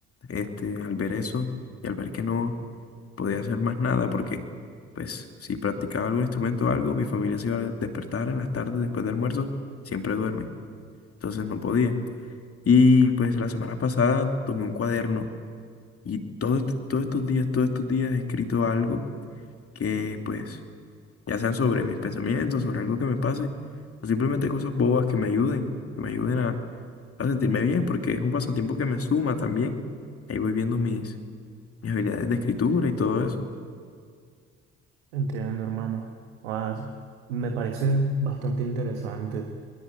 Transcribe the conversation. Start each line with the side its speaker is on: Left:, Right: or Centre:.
Left: este, al ver eso y al ver que no podía hacer más nada porque, pues, si practicaba algún instrumento o algo, mi familia se iba a despertar en las tardes después del almuerzo, siempre duermen, entonces no podía. Y pues la semana pasada tomé un cuaderno y todo est- todos estos días, todos estos días he escrito algo que, pues, ya sean sobre mis pensamientos, sobre algo que me pase, o simplemente cosas bobas que me ayuden, que me ayuden a, a sentirme bien, porque es un pasatiempo que me suma también. Ahí voy viendo mis, mis habilidades de escritura y todo eso.
Right: Entiendo, hermano. Ah, me parece bastante interesante.